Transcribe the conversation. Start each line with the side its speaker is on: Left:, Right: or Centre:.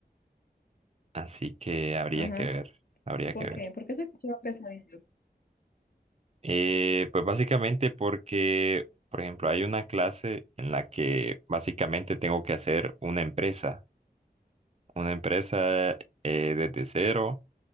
Right: Así que habría
Left: ajá.
Right: que ver, habría
Left: ¿Por
Right: que ver.
Left: qué? Porque se escuchaban pesaditos.
Right: Eh, pues básicamente porque, por ejemplo, hay una clase en la que básicamente tengo que hacer una empresa, una empresa eh, desde cero